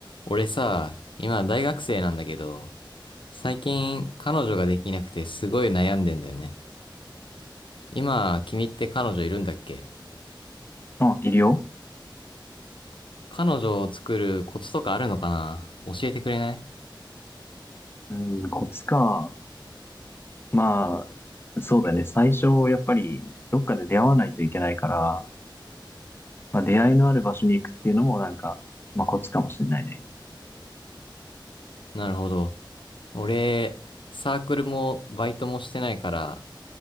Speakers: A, on the left; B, on the left.
A: 俺さ、今大学生なんだけど、最近彼女ができなくてすごい悩んでんだよね。今、君って彼女いるんだっけ
B: あ、いるよ。
A: 彼女を作るコツとかあるのかな教えてくれない
B: うん、コツか。まあ、そうだね。最初、やっぱり、どっかで出会わないといけないから、まあ、出会いのある場所に行くっていうのも、なんか、まあ、コツかもしれないね。
A: なるほど。俺、サークルもバイトもしてないから、